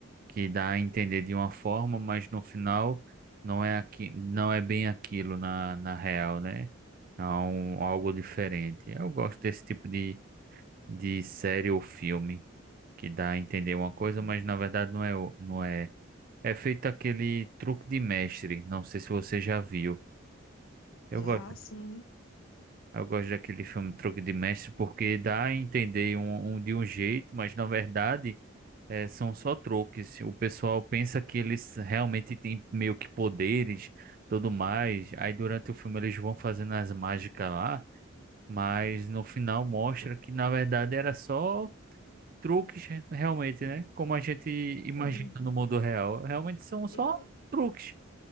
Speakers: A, on the right; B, on the left.
A: que dá a entender de uma forma, mas no final não é aqui, não é bem aquilo na, na real, né? É um, algo diferente. Eu gosto desse tipo de, de série ou filme que dá a entender uma coisa, mas na verdade não é, o- não é. É feito aquele Truque de Mestre, não sei se você já viu. Eu
B: Já
A: gosto,
B: assim,
A: eu gosto daquele filme Truque de Mestre porque dá a entender um, um de um jeito, mas na verdade eh, são só truques. O pessoal pensa que eles realmente têm meio que poderes, tudo mais. Aí durante o filme eles vão fazendo as mágicas lá, mas no final mostra que na verdade era só truques re- realmente, né? Como a gente imagina
B: sim.
A: no mundo real, realmente são só
B: Ilu-
A: truques.